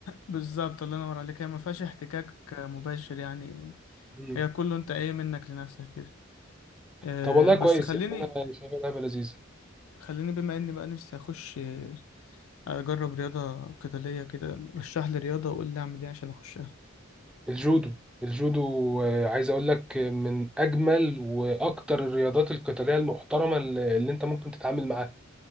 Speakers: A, on the left (about 75°); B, in the centre.
A: بالظبط الله ينور عليك هي ما فيهاش احتكاك مباشر يعني
B: مم.
A: هي كله انت ايه منك لنفسك كده آه،
B: طب والله
A: بس
B: كويس
A: خليني
B: يعني انا شايفها لعبه لذيذه
A: خليني بما اني بقى نفسي اخش آه، اجرب رياضة قتالية كده رشح لي رياضة وقول لي اعمل ايه عشان اخشها
B: الجودو الجودو آه، عايز اقول لك آه، من اجمل واكتر الرياضات القتاليه المحترمه اللي اللي انت ممكن تتعامل معاها